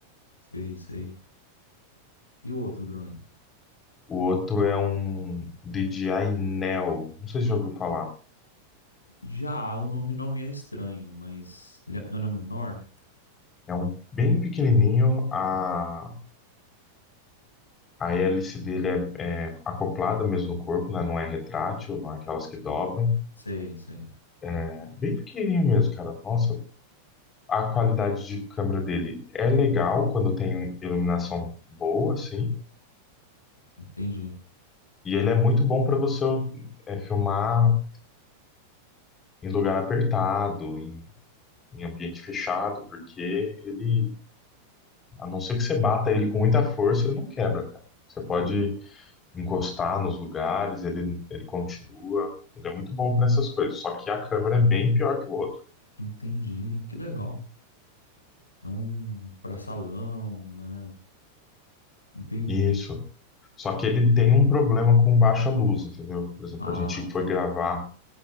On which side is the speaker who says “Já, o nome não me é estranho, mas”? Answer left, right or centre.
Left